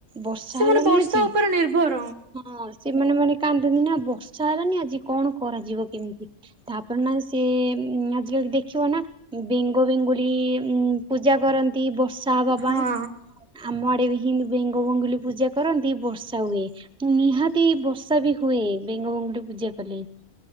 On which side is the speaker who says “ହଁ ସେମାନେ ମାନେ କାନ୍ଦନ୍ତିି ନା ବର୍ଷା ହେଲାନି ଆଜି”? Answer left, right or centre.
Centre